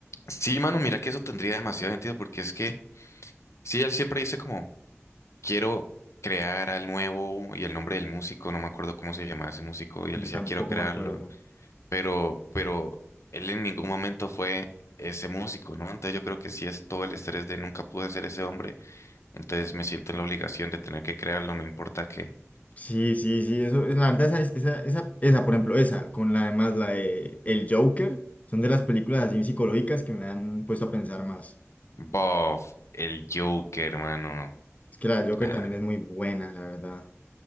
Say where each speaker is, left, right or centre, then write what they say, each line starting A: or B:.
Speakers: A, on the left (about 70°); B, on the left (about 30°).
A: Sí, mano, mira que eso tendría demasiado sentido porque es que, sí, él siempre dice como, quiero crear al nuevo y el nombre del músico, no me acuerdo cómo se llamaba ese músico, y él
B: yo
A: decía,
B: tampoco
A: quiero crearlo,
B: me acuerdo.
A: pero, pero él en ningún momento fue ese músico, ¿no? Entonces yo creo que sí es todo el estrés de nunca pude ser ese hombre, entonces me siento en la obligación de tener que crearlo, no importa qué.
B: Sí, sí, sí, eso, es- la verdad, esa, esa, esa, esa, por ejemplo, esa, con la además la de El Joker, son de las películas así psicológicas que me han puesto a pensar más.
A: Bof, el Joker, mano.
B: Es que la Joker
A: Ah,
B: también es muy buena, la verdad.